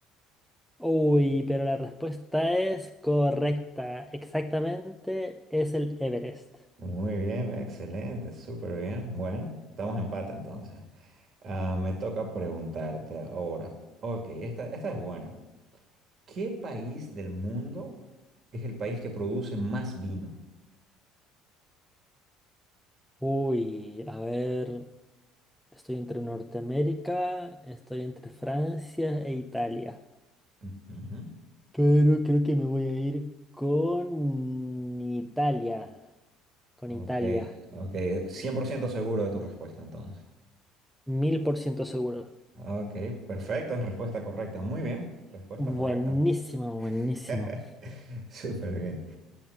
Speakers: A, in the centre; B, on the right.
A: Uy, pero la respuesta es correcta. Exactamente, es el Everest.
B: Muy bien, excelente, súper bien. Bueno, estamos en empate entonces. Ah, me toca preguntarte ahora. Ok, esta, esta es buena. ¿Qué país del mundo es el país que produce más vino?
A: Uy, a ver, estoy entre Norteamérica, estoy entre Francia e Italia.
B: Ujú.
A: Pero creo que me voy a ir con Italia. Con
B: Ok,
A: Italia.
B: ok. cien por ciento seguro de tu respuesta entonces.
A: Mil por ciento seguro.
B: Ok, perfecto, es respuesta correcta. Muy bien, respuesta correcta.
A: Buenísimo, buenísimo.
B: <laughs> Súper bien.